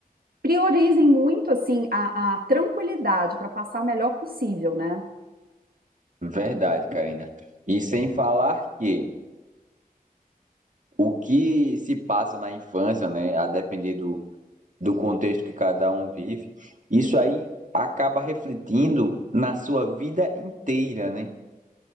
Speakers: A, on the right; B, on the right.
A: priorizem muito, assim, a, a tranquilidade para passar o melhor possível, né?
B: verdade, Karina. E sem falar que o que se passa na infância, né, a depender do, do contexto que cada um vive, isso aí acaba refletindo na sua vida inteira, né?